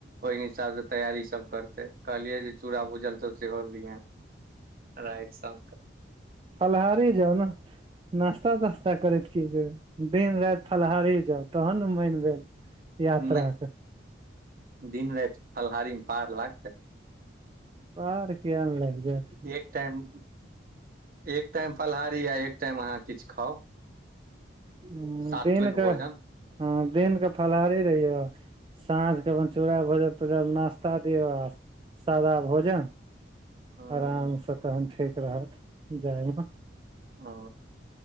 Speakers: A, on the right; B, on the right.
A: ओहि हिसाब स तैयारी सब करतै कहलिये जे चूरा भूजल सब सेहो लीहाँ। रइट संक
B: फलहारे जाउ न नास्ता तास्ता करैत की जेबैय। दिन राति फलहारी जाउ तहन न मैन भेल यात्राके।
A: नहि दिन राइत फलाहारी म पार लागतैय।
B: पार किया नै लाइग जैत
A: एक टाइम <inaudible> एक टाइम फलाहारी आ एक टाइम अहाँ किछ खाउ।
B: हु
A: सात्विक
B: दिन कऽ
A: भोजन
B: ह दिन कऽ फलाहारी रहियौ। साँझ कऽ अपन चूरा भुजल तुजल नश्ता दियऔ आ सादा भोजन।
A: हँ
B: आराम स तहन ठीक रहत जाय म।
A: हऽ